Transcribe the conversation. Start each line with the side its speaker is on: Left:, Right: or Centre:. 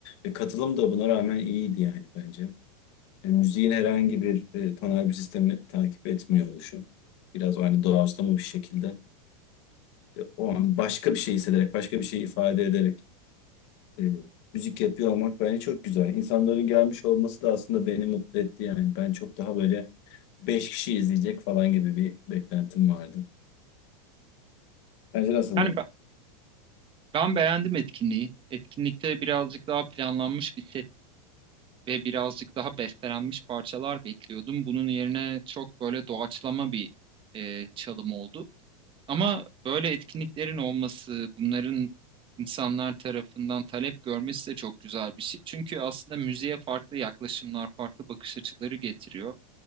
Left: Ve katılım da buna rağmen iyiydi yani bence. Yani müziğin herhangi bir e, tonal bir sistemi takip etmiyor oluşu. Biraz o hani doğaçlama bir şekilde e, o an başka bir şey hissederek, başka bir şey ifade ederek e, müzik yapıyor olmak bence çok güzel. İnsanların gelmiş olması da aslında beni mutlu etti yani. Ben çok daha böyle Beş kişi izleyecek falan gibi bir beklentim vardı. Bence nasıldı?
Right: Yani ben, ben beğendim etkinliği. Etkinlikte birazcık daha planlanmış bir set ve birazcık daha bestelenmiş parçalar bekliyordum. Bunun yerine çok böyle doğaçlama bir e, çalım oldu. Ama böyle etkinliklerin olması, bunların insanlar tarafından talep görmesi de çok güzel bir şey. Çünkü aslında müziğe farklı yaklaşımlar, farklı bakış açıları getiriyor.